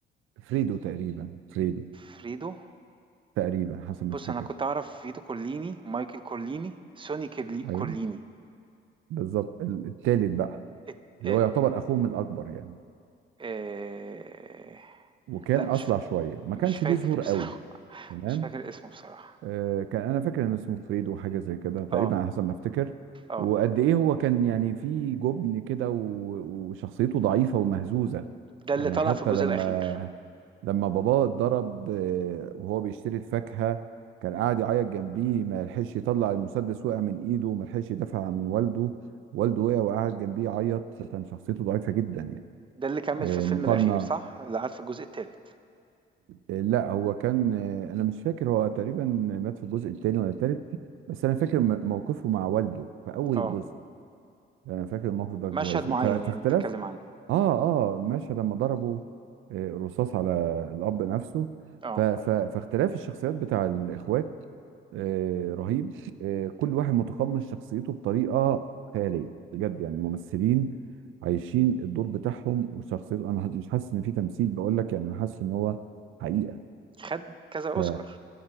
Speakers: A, on the right (about 85°); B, on the right (about 25°).
A: فريدو تقريبا فريدو
B: فريدو
A: تقريبا حسب ما
B: بص
A: افتكر
B: انا كنت اعرف فريدو كورليني مايكل كورليني سوني كيرلي-
A: ايوه
B: كورليني
A: بالظبط ال- التالت بقى
B: إت-
A: اللي
B: إيه
A: هو يعتبر
B: م-
A: اخوهم الاكبر يعني
B: إيه
A: وكان
B: لا
A: اصلع
B: مش فا...
A: شويه ما
B: مش
A: كانش
B: فاكر
A: ليه ظهور
B: بصراحة
A: قوي
B: <laughs>
A: تمام
B: مش فاكر اسمه بصراحة
A: آه، كان انا فاكر ان اسمه فريدو وحاجه زي كده تقريبا
B: اه
A: على حسب ما افتكر
B: اه
A: وقد ايه هو كان يعني في جبن كده و- وشخصيته ضعيفه ومهزوزه
B: ده اللي
A: يعني
B: طلع
A: حتى
B: في الجزء
A: لما
B: الأخير
A: لما باباه اتضرب آه، وهو بيشتري الفاكهه كان قاعد يعيط جنبيه ما لحقش يطلع المسدس وقع من ايده ما لحقش يدافع عن والده والده وقع وقعد جنبيه يعيط كان شخصيته ضعيفه جدا يعني
B: ده اللي كمل
A: آه،
B: في الفيلم
A: مقارنه
B: الأخير صح اللي قعد في الجزء الثالث
A: لا هو كان انا مش فاكر هو تقريبا مات في الجزء الثاني ولا الثالث بس انا فاكر م- موقفه مع والده في اول
B: اه
A: الجزء انا فاكر الموقف ده كويس
B: مشهد
A: جدا
B: معين
A: ف-
B: يعني
A: فاختلاف
B: بتتكلم عنه
A: اه اه مشهد لما ضربوا آه، رصاص على الاب نفسه
B: اه
A: ف... ف... فاختلاف الشخصيات بتاع الاخوات آه، رهيب آه، كل واحد متقمص شخصيته بطريقه خياليه بجد يعني الممثلين عايشين الدور بتاعهم وشخصيته انا مش حاسس ان في تمثيل بقول لك يعني انا حاسس ان هو حقيقه
B: خد كذا أوسكار
A: ف